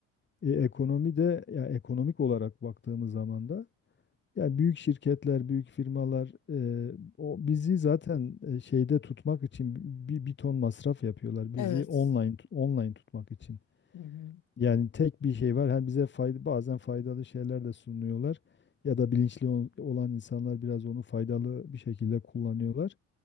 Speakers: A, on the left; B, on the left.
A: E, ekonomi de ya ekonomik olarak baktığımız zaman da ya büyük şirketler, büyük firmalar e, o bizi zaten e, şeyde tutmak için bir, bir ton masraf yapıyorlar. Bizi
B: Evet.
A: online tut- online tutmak için.
B: Hı hı.
A: Yani tek bir şey var. Hem bize fayda, bazen faydalı şeyler de sunuyorlar ya da bilinçli ol- olan insanlar biraz onu faydalı bir şekilde kullanıyorlar.